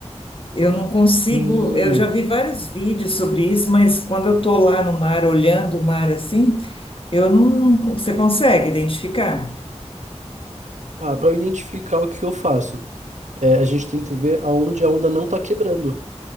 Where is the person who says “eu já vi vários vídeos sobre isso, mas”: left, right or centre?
Left